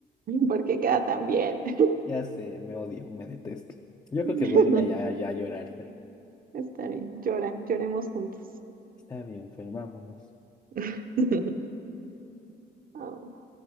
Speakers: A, on the right; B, on the left.
A: porque queda tan bien. <laughs>
B: Ya sé, me odio, me detesto. Yo
A: <laughs>
B: creo que voy a irme ya, ya a llorar, Fer.
A: Está bien, llora, lloremos juntos.
B: Está bien, Fer, vámonos.
A: <laughs> Oh.